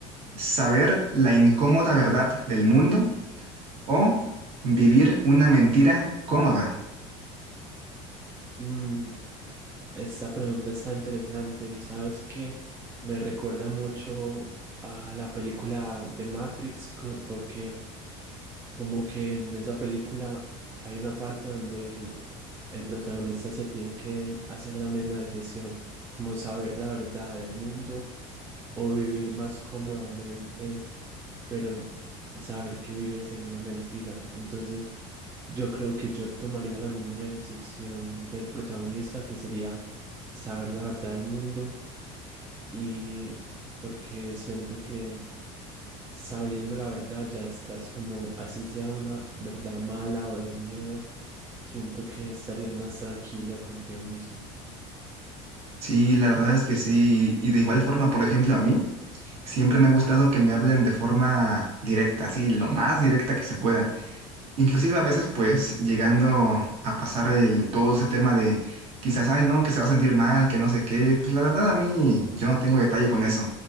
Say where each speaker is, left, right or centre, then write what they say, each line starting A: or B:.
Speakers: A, on the right (about 45°); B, on the right (about 15°).
A: saber la incómoda verdad del mundo o vivir una mentira cómoda.
B: mm, esta pregunta está interesante y sabes que me recuerda mucho a la película de Matrix co- porque como que en esa película hay una parte donde el, el protagonista se tiene que hacer la misma decisión, como saber la verdad del mundo o vivir más cómodamente pero saber que vives en una mentira. Entonces, yo creo que yo tomaría la misma decisión del protagonista, que sería saber la verdad del mundo y porque siento que sabiendo la verdad ya estás como, así sea una verdad mala o de miedo, siento que estarías más tranquilo contigo mismo.
A: Sí, la verdad es que sí. Y de igual forma, por ejemplo, a mí siempre me ha gustado que me hablen de forma directa, así lo más directa que se pueda. Inclusive a veces pues llegando a pasar el, todo ese tema de quizás, ay no, que se va a sentir mal, que no sé qué, pues la verdad a mí yo no tengo detalle con eso.